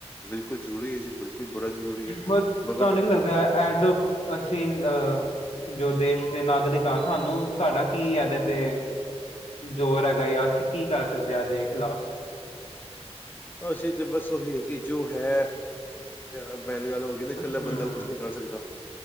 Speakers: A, on the left; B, on the left.
A: ਬਿਲਕੁਲ ਜਰੂਰੀ ਏ ਜੀ ਬਿਲਕੁਲ। ਬੜਾ ਜ਼ਰੂਰੀ ਹੈ।
B: ਹੁਣ
A: ਮਗਰ
B: ਤੁਹਾਨੂੰ ਕੀ ਲੱਗਦਾ ਐਜ ਅਸੀਂ ਅਹ ਜੋ ਦੇਸ਼ ਦੇ ਨਾਗਰਿਕ ਹਾਂ ਸਾਨੂੰ ਸਾਡਾ ਕੀ ਇਹਦੇ ਤੇ। ਜ਼ੋਰ ਹੈਗਾ ਜਾਂ ਅਸੀ ਕੀ ਕਰ ਸਕਦੇ ਹਾਂ ਦੇਖਲਾ।
A: ਅਸੀਂ ਤੇ ਬਸ ਉਹੀ ਹੈਗੀ ਜੋ ਹੈ ਅਵੇ ਲੇਬਲ ਕਹਿੰਦੇ ਇਕੱਲਾ
B: ਹਮ
A: ਬੰਦਾ ਕੁਛ ਨਹੀਂ ਕਰ ਸਕਦਾ